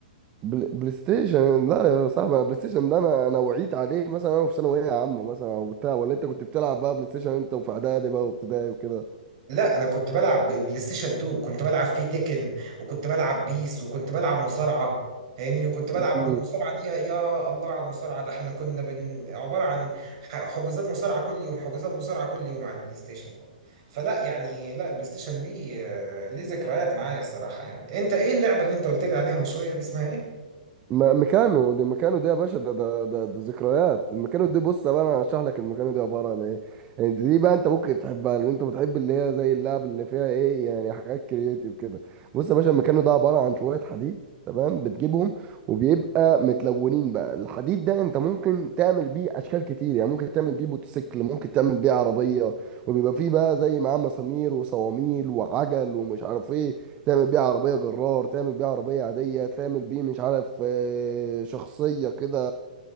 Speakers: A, on the right; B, on the right.
A: بل... بلاي ستيشن لا يا صاحبي أنا بلاي ستيشن ده أنا أنا وعيت عليه مثلا أنا في ثانوية عامة مثلا أو بتاع ولا أنت كنت بتلعب بقى بلاي ستيشن أنت وفي إعدادي بقى وابتدائي وكده
B: لا انا كنت بلعب بلاي ستيشن 2 كنت بلعب فيه تيكن وكنت بلعب بيس وكنت بلعب مصارعه فاهمني وكنت بلعب
A: مم.
B: والمصارعه دي يا الله على المصارعه ده احنا كنا بن... عباره عن ح- حجوزات مصارعه كل يوم حجوزات مصارعه كل يوم على البلاي ستيشن ده فلا يعني لا البلاي ستيشن ليه ليه ذكريات معايا الصراحه يعني انت ايه اللعبه اللي انت قلت لي عليها من شويه دي اسمها ايه؟
A: ما- ميكانو ده ميكانو ده يا باشا ده ده ده, ده ذكريات الميكانو دي بص بقى انا هشرح لك الميكانو دي عباره عن ايه يعني دي بقى انت ممكن تحبها لان انت بتحب اللي هي زي اللعب اللي فيها ايه يعني حاجات كرييتيف كده بص يا باشا الميكانو ده عباره عن شويه حديد تمام بتجيبهم وبيبقى متلونين بقى الحديد ده انت ممكن تعمل بيه اشكال كتير يعني ممكن تعمل بيه موتوسيكل ممكن تعمل بيه عربيه وبيبقى فيه بقى زي معاه مسامير وصواميل وعجل ومش عارف ايه تعمل بيه عربية جرار تعمل بيه عربية عادية تعمل بيه مش عارف آه، شخصية كده